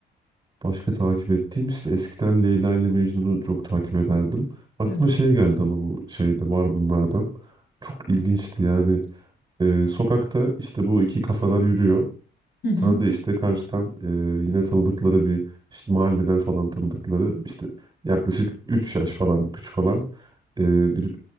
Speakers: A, on the right (about 20°); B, on the left (about 60°).
A: Başka takip ettiğim işte eskiden Leyla ile Mecnun'u çok takip ederdim. Aklıma
B: Evet.
A: şey geldi ama bu şeyde var bunlardan. Çok ilginçti yani. Ee, sokakta işte bu iki kafalar yürüyor. Bir
B: Hı hı.
A: tane de işte karşıdan e, yine tanıdıkları bir işte mahalleden falan tanıdıkları işte yaklaşık 3 yaş falan küçük olan e, bir